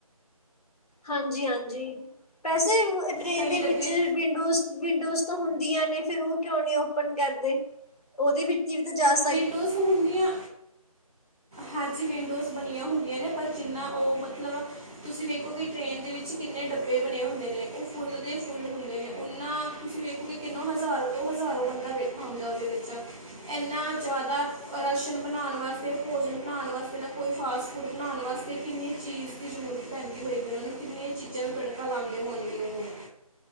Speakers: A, on the left; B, in the centre.
A: ਹਾਂਜੀ-ਹਾਂਜੀ, ਵੈਸੇ ਟਰੇਨ
B: ਕਈ
A: ਦੇ
B: ਡੱਬੇ
A: ਵਿੱਚ ਵਿੰਡੋਜ਼-ਵਿੰਡੋਜ਼ ਤਾਂ ਹੁੰਦੀਆਂ ਨੇ ਫੇਰ ਓ ਕਿਓਂ ਨੀ ਓਪਨ ਕਰਦੇ, ਓਦੇ ਵਿੱਚ ਤੀਰਥ ਜਾਸ
B: ਵਿੰਡੋਸ ਹੁੰਦੀਆਂ ਹਾਂਜੀ ਵਿੰਡੋਜ਼ ਬਨੀਆਂ ਹੁੰਦੀਆਂ ਨੇ ਪਰ ਜਿੰਨਾ ਓ ਮਤਲਬ ਤੁਸੀਂ ਵੇਖੋ ਕਿ ਟ੍ਰੇਨ ਦੇ ਵਿੱਚ ਕਿੰਨੇ ਡੱਬੇ ਬਨੇ ਹੁੰਦੇ ਨੇ ਓ ਫੁੱਲ ਦੇ ਫੁੱਲ ਹੁੰਦੇ ਨੇ ਓਨਾਂ ਤੁਸੀਂ ਵੇਖੋਗੇ ਕਿੰਨੋ ਹਜ਼ਾਰੋ ਤੋਂ ਹਜ਼ਾਰੋ ਬੰਦਾ ਬੈਠਾ ਹੁੰਦਾ ਓਦੇ ਵਿੱਚ, ਐਨਾ ਜ਼ਾਦਾ ਰਾਸ਼ਨ ਬਨਾਨ ਵਾਸਤੇ ਭੋਜਨ ਬਨਾਨ ਵਾਸਤੇ ਨਾ ਕੋਈ ਫਾਸਟ ਫੂਡ ਬਨਾਨ ਵਾਸਤੇ ਕਿੰਨੀ ਚੀਜ਼ ਜ਼ਰੂਰਤ ਪੈਂਦੀ ਹੋਏਗੀ ਓਨਾਂ ਨੂੰ ਕਿੰਨੇ ਚੀਜ਼ਾਂ ਨੂੰ ਤੜਕਾ ਲਾਂਦੇ ਹੋਨਗੇ ਓਹੋ।